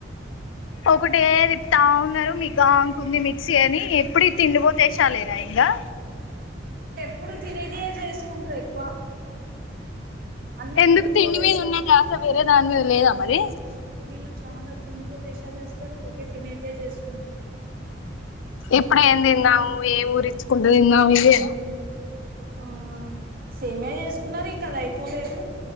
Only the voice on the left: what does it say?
ఒకటేది తిపుతా ఉన్నరు మీకుగా అనుకుంది మిక్సీ అని ఎప్పుడు తిండిపో తీశలేనా ఇంగా
ఎందుకు
తిండి మీద ఉన్న ద్యాస్ స వేరే దాని మీద లేదా మరి
ఎప్పుడు ఏం తిన్నావు ఏ ఊరిచ్చుకుంటు తిన్నవ్ ఇదే